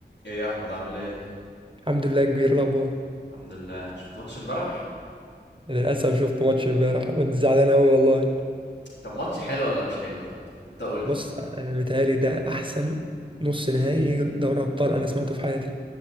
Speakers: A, on the left (about 75°); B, on the right (about 30°).
A: ايه يا احمد عامل ايه
B: الحمد لله كبير إيه الاخبار
A: الحمد لله شفت ماتش امبارح
B: للاسف شفت ماتش امبارح كنت زعلان قوي والله
A: طب ماتش حلو ولا مش حلو طيب انت قول لي
B: بص انا متهيألي ده احسن نص نهائي دوري ابطال انا سمعته في حياتي